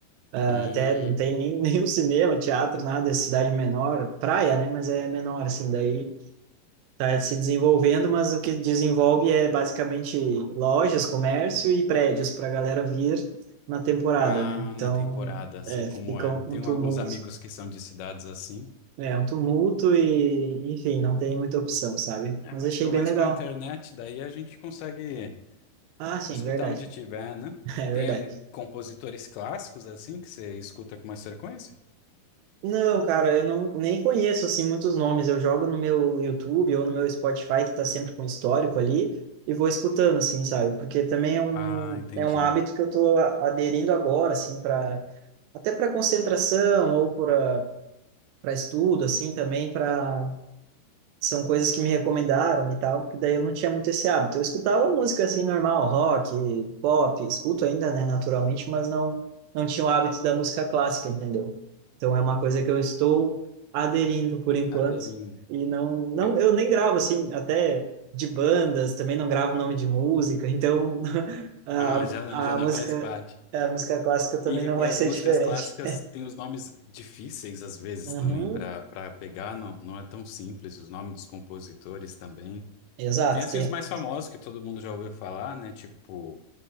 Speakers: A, on the right; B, on the left.
A: Ah,
B: Hum,
A: até não tem nem, <laughs> nenhum cinema, teatro, nada, é cidade menor, praia, né, mas é menor, assim, daí... está se desenvolvendo, mas o que desenvolve é basicamente lojas, comércio e prédios para a galera vir na temporada,
B: ah,
A: né? Então,
B: na temporada, sei
A: é,
B: como
A: fica
B: é.
A: um
B: Tenho
A: um tumulto.
B: alguns amigos que são de cidades assim.
A: É, um tumulto e, enfim, não tem muita opção, sabe?
B: É,
A: Mas
B: mas
A: achei
B: pelo
A: bem
B: menos
A: legal.
B: com a internet, daí a gente consegue
A: Ah, sim,
B: escutar
A: verdade.
B: onde tiver, né?
A: <laughs> É
B: Tem
A: verdade.
B: eh, compositores clássicos assim que você escuta com mais frequência?
A: Não, cara, eu não, nem conheço assim muitos nomes. Eu jogo no meu YouTube ou no meu Spotify que tá sempre com histórico ali e vou escutando assim, sabe? Porque também é um
B: Ah, entendi.
A: é um hábito que eu tô a- aderindo agora assim para até para concentração ou para para estudo assim também para são coisas que me recomendaram e tal, que daí eu não tinha muito esse hábito. Eu escutava música assim normal, rock, pop, escuto ainda, né, naturalmente, mas não não tinha o hábito da música clássica, entendeu? Então é uma coisa que eu estou aderindo por enquanto
B: Cadeirinho.
A: e não não
B: Eu-
A: eu nem gravo assim, até de bandas, também não gravo nome de música, então <laughs> a,
B: Ah, já, já
A: a
B: não
A: música
B: faz parte.
A: a música clássica também
B: E,
A: não
B: e
A: vai
B: as
A: ser
B: músicas
A: diferente.
B: clássicas têm os nomes difíceis, às vezes,
A: Uhum,
B: também, para para pegar. Não, não é tão simples. Os nomes dos compositores também.
A: exato,
B: Tem, assim,
A: tem,
B: os mais famosos que todo mundo já ouviu falar, né? Tipo